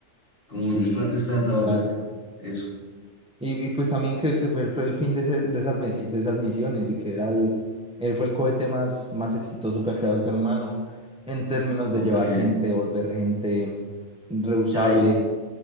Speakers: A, on the left (about 45°); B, in the centre.
A: Como
B: sí,
A: muy despe- desesperanzador
B: sí, la
A: ver
B: verdad.
A: eso.
B: Y, y pues también que, que fue, fue el fin de, ese- de, esas misi- de esas misiones y que era el, él fue el cohete más, más exitoso que ha creado el ser humano en términos
A: Ok,
B: de llevar gente, volver gente reusable.
A: ya. hay-